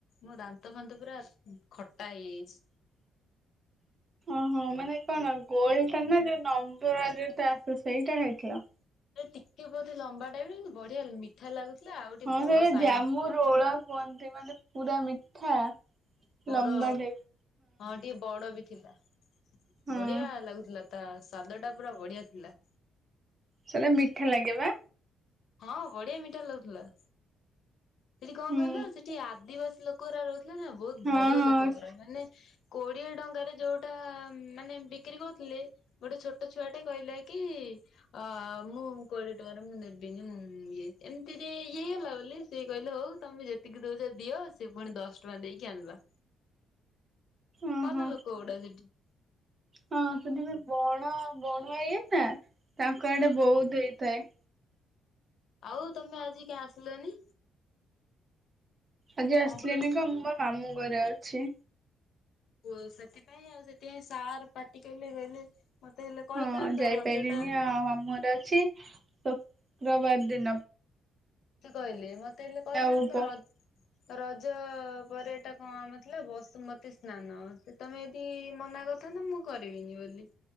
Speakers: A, on the left; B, on the right.
A: ମୋ ଦାନ୍ତ ଫାନ୍ତ ପୁରା ଉଁ ଖଟା ହେଇଯାଇଛି।
B: ହଁ ମାନେ କଣ ଗୋଲଟା ନା ଯୋଉ ନମ୍ବୁରା ଯୋଉଟା ଆସେ ସେଇଟା ଖାଇଥିଲ?
A: <unintelligible> ଟିକେ ବୋଧେ ଲମ୍ବା ଟାଇପର କିନ୍ତୁ ବଢିଆ ମିଠା ଲାଗୁଥିଲା ଆଉ ଟିକେ
B: ହଁ
A: ବଡ
B: ସେଇଟା
A: ସାଇଜ୍
B: <unintelligible> କୁହନ୍ତି ମାନେ ପୁରା ମିଠା।
A: ବଡ଼
B: ଲମ୍ବା ଟାଇପ୍।
A: ହଁ ଟିକେ ବଡ଼ ବି ଥିଲା।
B: ହଁ
A: ବଢିଆ ଲାଗୁଥିଲା। ତା ସ୍ଵାଦଟା ପୁରା ବଢିଆ ଥିଲା।
B: ସେଗୁରା ମିଠା ଲାଗେ ବା?
A: ହଁ ବଢିଆ ମିଠା ଲାଗୁଥିଲା। ସେଇଠି କଣ
B: ହୁଁ
A: କହିଲ ସେଇଠି ଆଦିବାସୀ ଲୋକଗୁରା ରହୁଥିଲେ ନା ବହୁତ୍
B: ହଁ
A: ଭଲ
B: ହଁ।
A: ଲୋକଗୁରା ମାନେ କୋଡିଏ ଟଙ୍କାରେ ଯୋଉଟା ମାନେ ବିକ୍ରି କରୁଥିଲେ ଗୋଟେ ଛୋଟ ଛୁଆଟେ କହିଲା କି ଆଁ ମୁଁ କୋଡ଼ିଏ ଟଙ୍କାରେ ମୁଁ ନେବିନି ମୁଁ ଇଏ। ଏମିତିରେ ଇଏ ହେଇଗଲା ବୋଲି ସିଏ କହିଲେ ହଉ ତମେ ଯେତିକି ଦଉଛ ଦିଅ। ସେ ପୁଣି ଦଶ ଟଙ୍କା ଦେଇକି ଆଣିଲା।
B: ଓହୋ
A: ଭଲ ଲୋକଗୁଡା ସେଇଠି।
B: ହଁ ସେଇଠି ବି ବଣ ବଣୁଆ ଇଏ ନା ତାଙ୍କ ଆଡେ ବହୁତ୍ ହେଇଥାଏ।
A: ଆଉ ତମେ ଆଜି କାଇଁ ଆସିଲନି?
B: ଆଜି ଆସିଲିନି
A: କମ୍ପ୍ୟୁଟର
B: ତ ମୁଁ ମୋ ମାମୁଁ ଘରେ ଅଛି।
A: ଓ ସେଥିପାଇଁ ଆଉ ସେଥିପାଇଁ ସାର୍ ପାଟି କଲେ କହିଲେ ମତେ ହେଲେ କହିଥାନ୍ତ
B: ହଁ ଯାଇପାଇଲିନି
A: ରଜ ଟା
B: ଆ ମାମୁଁ ଘରେ ଅଛି ଶୋକ୍ରବାର ଦିନ।
A: ସେ କହିଲେ ମତେ ହେଲେ କହିଥାନ୍ତ
B: ଆଉ ପ
A: ର ରଜ ପରେ ଏଟା କଁ ଆମ ଥିଲା ବସୁମତୀ ସ୍ନାନ ସେ ତମେ ଏଦି ମନା କରିଥାନ୍ତ ମୁଁ କରିବିନି ବୋଲି